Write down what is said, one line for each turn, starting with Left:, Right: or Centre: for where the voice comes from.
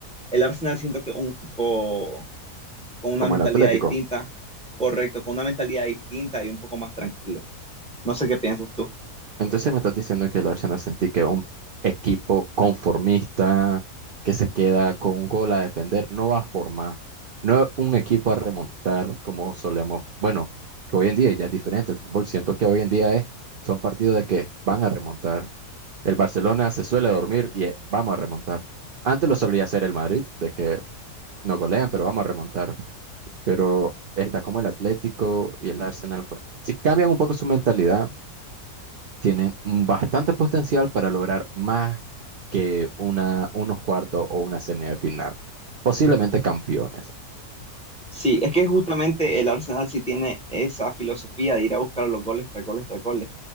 Centre: El Arsenal siento que es un equipo con una
Right: Como
Centre: mentalidad
Right: el Atlético.
Centre: distinta, correcto, con una mentalidad distinta y un poco más tranquila. No sé qué piensas tú.
Right: Entonces me estás diciendo que el Arsenal sentí que un equipo conformista que se queda con un gol a defender no va por más. No es un equipo a remontar como solemos. Bueno, que hoy en día ya es diferente el fútbol. Siento que hoy en día es, son partidos de que van a remontar. El Barcelona se suele dormir y eh, vamos a remontar. Antes lo solía hacer el Madrid, de que no golean, pero vamos a remontar. Pero está como el Atlético y el Arsenal, pues. Si cambian un poco su mentalidad tienen un bastante potencial para lograr más que una, unos cuartos o una semifinal, posiblemente campeones.
Centre: Sí, es que justamente el Arsenal sí tiene esa filosofía de ir a buscar los goles tras goles tras goles.